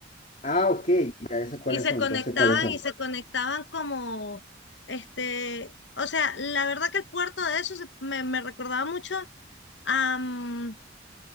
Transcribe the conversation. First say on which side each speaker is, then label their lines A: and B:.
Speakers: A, on the left; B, on the left.
A: ah, ok, ya sé cuáles
B: Y se
A: son,
B: conectaban
A: ya sé cuáles son.
B: y se conectaban como, este, o sea, la verdad que el puerto de eso se- me, me recordaba mucho a, mm,